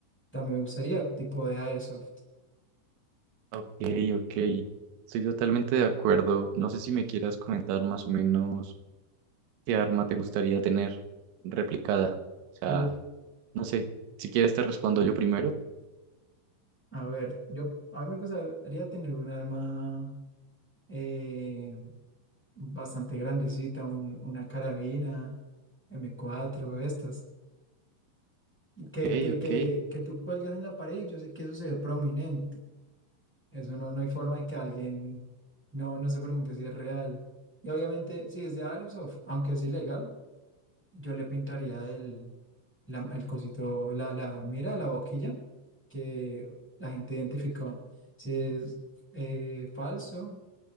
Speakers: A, in the centre; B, on the right (about 85°).
A: También me gustaría tipo de airsoft.
B: ok, ok. Estoy totalmente de acuerdo. No sé si me quieras comentar más o menos. ¿Qué arma te gustaría tener replicada? O sea,
A: Uf,
B: no sé, si quieres te respondo yo primero.
A: a ver, yo a mí me gustaría tener un arma eh, bastante grandecita, un- una carabina M4, estas,
B: Ok,
A: que, que,
B: ok.
A: que, que tú cuelgas en la pared y yo sé que eso se ve prominente. Eso no, no hay forma de que alguien no, no se pregunte si es real. Y obviamente, si es de Airsoft, aunque es ilegal, yo le pintaría el, la- el cosito, la, la mira, la boquilla, que la gente identificó si es eh, falso,